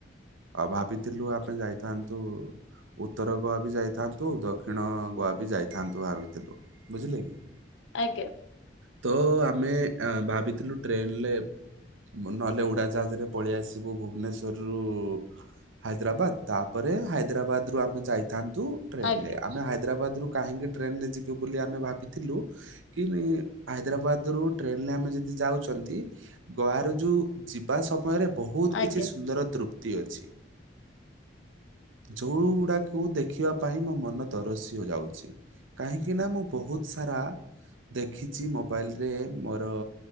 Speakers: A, on the right; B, on the left.
A: ଆଉ ଭାବିଥିଲୁ ଆପେ ଯାଇଥାନ୍ତୁ ଉତ୍ତର ଗୋଆ ବି ଯାଇଥାନ୍ତୁ ଦକ୍ଷିଣ ଗୋଆ ବି ଯାଇଥାନ୍ତୁ ଭାବିଥିଲୁ। ବୁଝିଲେ କି?
B: ଆଜ୍ଞା।
A: ତ ଆମେ ଏଁ ଭାବିଥିଲୁ ଟ୍ରେନ୍ ଲେ ନହେଲେ ଉଡାଜାହାଜରେ ପଳେଇ ଆସିବୁ ଭୁବନେଶ୍ଵରରୁ ହାଇଦ୍ରାବାଦ ତାପରେ ହାଇଦ୍ରାବାଦରୁ ଆମେ ଯାଇଥାନ୍ତୁ ଟ୍ରେନଲେ
B: ଆଜ୍ଞା
A: ଆମେ ହାଇଦ୍ରାବାଦରୁ କାହିଁକି ଟ୍ରେନରେ ଯିବୁ ବୋଲି ଆମେ ଭାବିଥିଲୁ କି ନାଇ ହାଇଦ୍ରାବାଦରୁ ଟ୍ରେନରେ ଆମେ ଯଦି ଯାଉଛନ୍ତି ଗୋଆରୁ ଜୁ ଯିବା ସମୟରେ ବହୁତ୍
B: ଆଜ୍ଞା
A: କିଛି ସୁନ୍ଦର ତୃପ୍ତି ଅଛି। ଯୋଉ ଗୁଡ଼ାକୁ ଦେଖିବା ପାଇଁ ମୋ ମନ ତରସି ଯାଉଛି। କାହିଁକିନା ମୁଁ ବହୁତ୍ ସାରା ଦେଖିଛି ମୋବାଇଲ୍ ରେ ମୋର